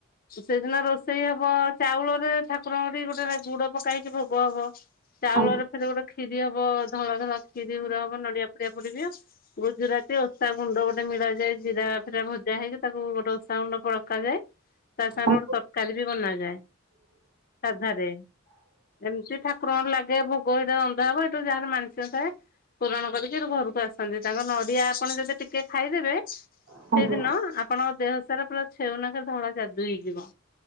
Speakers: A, on the left (about 45°); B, on the right (about 75°).
A: ସେଦିନ ରୋଷେଇ ହବ ଚାଉଳରେ ଠାକୁରଙ୍କଠି ଗୋଟେ ଗୁଡ ପକାଇକି ଭୋଗ ହବ। ଚାଉଳରେ
B: ଆଜ୍ଞା
A: ଫେର ଗୋଟେ ଖିରି ହବ ଧଳା ଧଳା ଖିରି ଗୁରେ ହବ ନଡିଆ ଫଡିଆ ପଡିବି। ଗୁଜୁରାତି ଓଷା ଗୁଣ୍ଡ ଗୋଟେ ମିଳା ଯାଏ ଜିରା ଫିରା ଭଜା ହେଇକି ତାକୁ ଗୋଟେ ଓଷା ଗୁଣ୍ଡ ପଳକାଯାଏ। ତା ସାଙ୍ଗରେ
B: ଆଜ୍ଞା
A: ଗୋଟେ ତରକାରୀ ବି ବନାଯାଏ। ସାଧାରେ ଏମିତି ଠାକୁର ଙ୍କର ଲାଗେ ଭୋ। କୂଅ ଭିତରେ ରନ୍ଧା ହବ ଏଇଟୁ ଯାହାର ମାନସିକ ଥାଏ। ପୂରଣ କରିକି ସେଠୁ ଘରକୁ ଆସନ୍ତି। ତାଙ୍କ ନଡିଆ ଆପଣ ଯଦି ଟିକେ ଖାଇଦେବେ ସେଇଦିନ
B: ଆଜ୍ଞା ଆଜ୍ଞା
A: ଆପଣଙ୍କ ଦେହସାରା ପୁରା ଛେଉନାକରେ ଧଳା ଯାଦୁ ଦୁଇଯିବ।